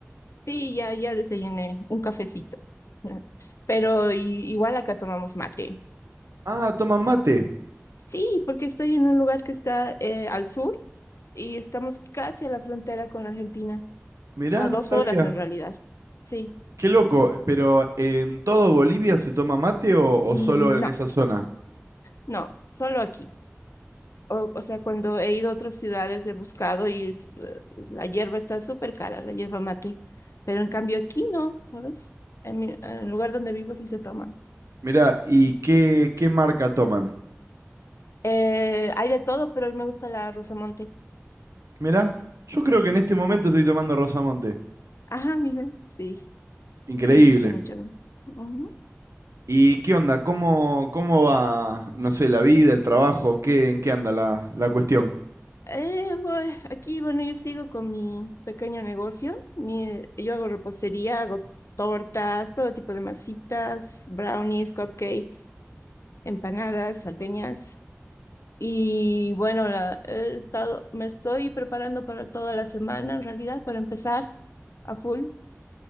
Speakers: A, on the left; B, on the right.
A: Sí, ya, ya desayuné un cafecito. <laughs> Pero i- igual acá tomamos mate.
B: Ah, toman mate.
A: Sí, porque estoy en un lugar que está eh, al sur y estamos casi a la frontera con la Argentina,
B: Mirá,
A: a
B: no
A: dos
B: sabía.
A: horas en realidad. Sí,
B: Qué loco, pero eh, ¿en todo Bolivia se toma mate o, o
A: Mm,
B: solo en
A: no,
B: esa zona?
A: no, solo aquí. O, o sea, cuando he ido a otras ciudades he buscado y es- la hierba está súper cara, la hierba mate. Pero en cambio aquí no, ¿sabes? En mi- en el lugar donde vivo sí se toma.
B: Mirá, ¿y qué, qué marca toman?
A: Eh, hay de todo, pero a mí me gusta la Rosamonte.
B: Mirá, yo creo que en este momento estoy tomando Rosamonte.
A: ajá mira. Sí,
B: Increíble.
A: y me gusta mucho. Ujú.
B: ¿Y qué onda? ¿Cómo, cómo va, no sé, la vida, el trabajo? ¿Qué, en qué anda la, la cuestión?
A: Eh, bueno, aquí, bueno, yo sigo con mi pequeño negocio. Mi- yo hago repostería, hago tortas, todo tipo de masitas, brownies, cupcakes, empanadas, salteñas. Y bueno, la- he estado, me estoy preparando para toda la semana, en realidad, para empezar a full.